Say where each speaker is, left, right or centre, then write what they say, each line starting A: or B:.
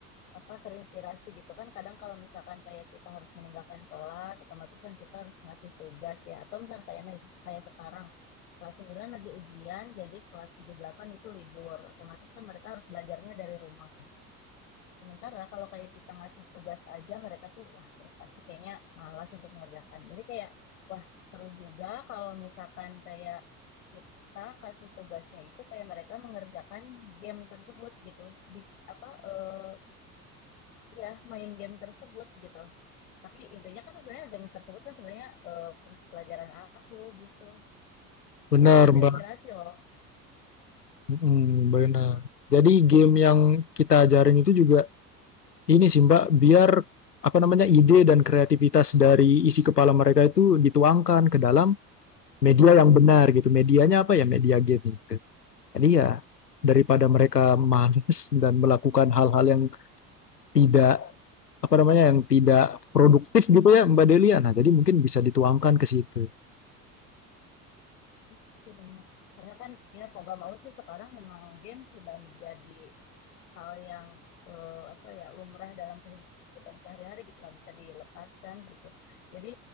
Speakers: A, on the left; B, on the left.
A: apa terinspirasi gitu kan kadang kalau misalkan kayak kita harus meninggalkan kelas otomatis kan kita harus ngasih tugas ya atau misalkan kayak kayak sekarang kelas 9 lagi ujian jadi kelas tujuh delapan itu libur otomatis kan mereka harus belajarnya dari rumah Sementara kalau kayak kita ngasih tugas aja mereka tuh wah udah pasti kayaknya malas untuk mengerjakan. Jadi kayak wah seru juga kalau misalkan kayak kita kasih tugasnya itu kayak mereka mengerjakan game tersebut gitu. Di apa eh, ya main game tersebut gitu. Tapi intinya kan sebenarnya game tersebut kan sebenarnya eh, pelajaran aku gitu.
B: Benar,
A: itu ada
B: Mbak.
A: inspirasi loh.
B: Mm, benar. Jadi game yang kita ajarin itu juga ini sih, Mbak, biar apa namanya ide dan kreativitas dari isi kepala mereka itu dituangkan ke dalam media yang benar gitu. Medianya apa ya? Media game gitu. Jadi ya daripada mereka malas dan melakukan hal-hal yang tidak apa namanya yang tidak produktif gitu ya, Mbak Delia. Nah, jadi mungkin bisa dituangkan ke situ.
A: <laughs> Sih benar. Karena kan ya mau gak mau sih sekarang memang game sudah menjadi hal yang eh, apa ya lumrah dalam kehidupan sehari-hari gitu nggak bisa dilepaskan gitu jadi